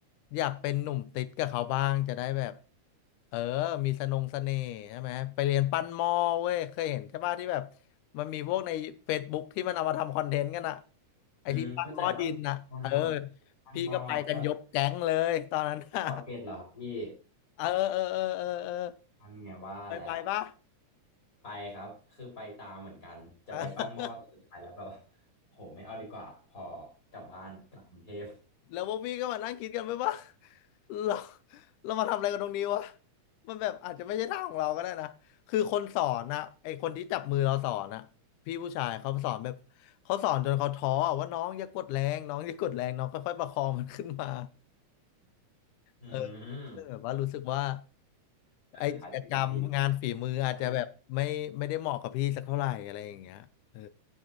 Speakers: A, on the left; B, on the left.
A: อยากเป็นหนุ่มติดกับเขาบ้างจะได้แบบ เออ มีสนงเสน่ห์ใช่ไหมไปเรียนปั้นหม้อเว้ย เคยเห็นใช่ป่ะที่แบบมันมีพวกใน Facebook ที่มันเอามาทำคอนเทนต์กันอะไอที่ปั้นหม้อดินอะเออ
B: อืมเข้าใจครับมันมอมันมอก็
A: พี่ก็ไปกันยกแก๊งเลยตอนนั้นอะ
B: เกาะเกร็ดเหรอครับพี่
A: เออเออเออเออเออ
B: มันไงว่าแล้ว
A: เคยไปป่ะ
B: ไปครับ คือไปตามเหมือนกัน จะไปปั้นหม้อแต่สุดท้ายแล้วแบบ
A: เออ
B: <laughs> โหไม่เอาดีกว่าพอกลับบ้านกลับกรุงเทพ
A: แล้วพวกพี่ก็มานั่งคิดกันไหมว่า <laughs> เราเรามาทำอะไรกันตรงนี้วะมันแบบอาจจะไม่ใช่ทางของเราก็ได้นะคือคนสอนนะไอคนที่จับมือเราสอนนะพี่ผู้ชายเขาสอนแบบเขาสอนจนเขาท้ออะว่าน้องอย่ากดแรงน้องอย่ากดแรงน้องค่อยๆประคองมันขึ้นมา
B: อืม
A: เออซึ่งแบบว่ารู้สึกว่า
B: แล้วสุดท้ายเป็นไงพี่
A: ไอกิจกรรมงานฝีมืออาจจะแบบไม่ไม่ได้เหมาะกับพี่สักเท่าไหร่อะไรอย่างเงี้ยเออ
B: อัน